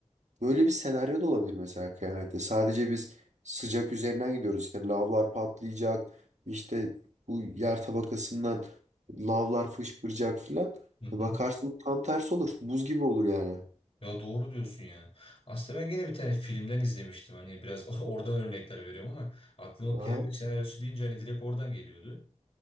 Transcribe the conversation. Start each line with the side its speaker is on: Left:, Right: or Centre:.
Right: böyle bir senaryo da olabilir mesela kıyamette. Sadece biz sıcak üzerinden gidiyoruz. İşte lavlar patlayacak. İşte bu yer tabakasından lavlar fışkıracak filan.
Left: Hı hı.
Right: Bakarsın tam tersi olur. Buz gibi olur yani.
Left: Ya doğru diyorsun yani. Aslında ben gene bir tane filmden izlemiştim. Hani biraz <laughs> oradan örnekler veriyorum ama aklıma kıyamet
Right: Aha,
Left: senaryosu deyince hani direkt oradan geliyordu.